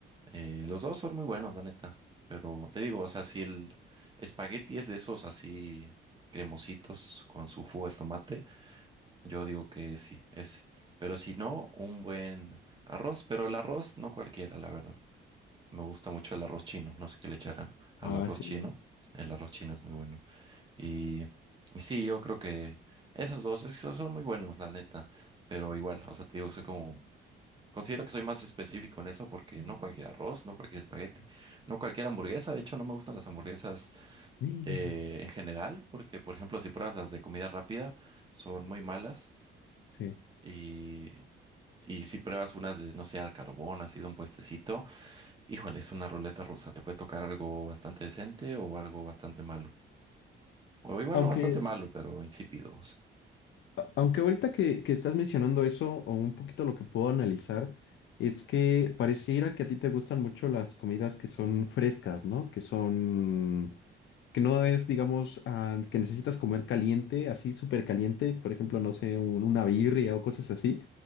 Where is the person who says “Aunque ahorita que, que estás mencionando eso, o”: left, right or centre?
Left